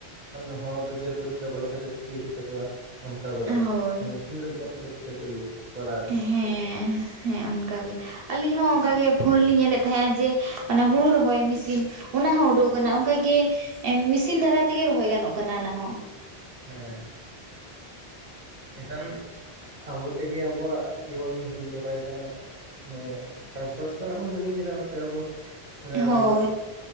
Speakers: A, on the right; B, on the right.
A: ᱮᱠᱷᱚᱱ ᱦᱚᱲ ᱫᱚ ᱡᱮ ᱵᱟᱹᱫᱽ ᱨᱮ ᱵᱚᱞᱚ ᱠᱟᱛᱮ ᱥᱯᱨᱮ ᱦᱳᱭ ᱛᱟᱠᱚᱣᱟ ᱚᱱᱠᱟ ᱫᱚ ᱵᱟᱝ
B: ᱦᱳᱭ
A: ᱢᱮᱥᱤᱱ ᱨᱮ ᱵᱚᱞᱚ ᱠᱟᱛᱮ ᱥᱯᱨᱮ ᱠᱚ ᱤᱭᱟᱹ ᱠᱚᱨᱟᱣ ᱮᱫᱟ
B: ᱦᱮᱸ ᱦᱮᱸ ᱚᱱᱠᱟᱜᱮ ᱟᱞᱤᱧ ᱦᱚᱸ ᱚᱱᱠᱟ ᱜᱮ ᱯᱷᱳᱱ ᱨᱮᱞᱤᱧ ᱧᱮᱞᱼᱮᱫ ᱛᱟᱦᱮᱸᱱᱟ ᱡᱮ ᱚᱱᱮ ᱦᱩᱲᱩ ᱨᱚᱦᱚᱭ ᱢᱮᱥᱤᱱ ᱚᱱᱟᱦᱚᱸ ᱩᱰᱩᱠ ᱟᱠᱟᱱᱟ ᱚᱱᱠᱟᱜᱮ ᱢᱮᱥᱤᱱ ᱫᱟᱨᱟᱭ ᱛᱮᱜᱮ ᱨᱚᱦᱚᱭ ᱜᱟᱱᱚᱜ ᱠᱟᱱᱟ ᱚᱱᱟᱦᱚᱸ
A: ᱦᱮᱸ ᱮᱱᱠᱷᱟᱱ ᱟᱵᱚ ᱛᱮᱜᱮ ᱟᱵᱚᱣᱼᱟᱜ ᱤᱭᱟᱹᱵᱚᱱ ᱦᱤᱲᱤᱧ ᱪᱟᱵᱟᱭᱮᱫᱟ ᱢᱟᱱᱮ ᱪᱟᱥᱵᱟᱥ ᱠᱷᱚᱱᱼᱟᱜ ᱵᱚᱱ ᱦᱤᱲᱤᱧᱮᱫᱟ ᱱᱚᱛᱮ ᱟᱵᱚ ᱢᱟᱱᱮ ᱟᱵᱚ
B: ᱦᱳᱭ